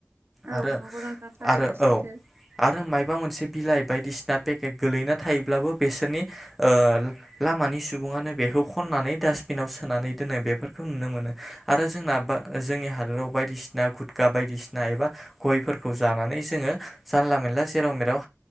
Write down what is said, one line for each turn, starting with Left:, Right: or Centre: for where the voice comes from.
Right: औ
Centre: आरो
Right: नंगौ नोंथां थारैनो
Centre: आरो
Right: सैथो
Centre: औ आरो मायबा मोनसे बिलाइ बायदिसिना पेकेट गोलैना थायोब्लाबो बिसोरनि ओ लामानि सुबुङनो बेखौ खन नानै दा सबिनाव सोनानै दोनो बेफोरखौ नुनो मोनो आरो जोंना बा जोंनि हादोराव बायदिसिना गुदका बाय बायदिसिना एबा गयफोरखौ जानानै जोङो जानला मेनला जेराव मेराव